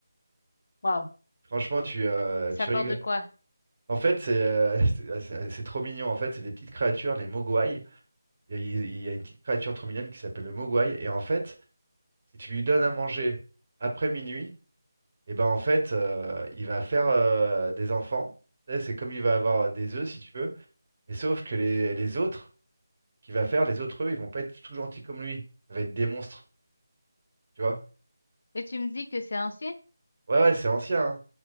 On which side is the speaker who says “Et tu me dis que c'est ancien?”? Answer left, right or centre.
Left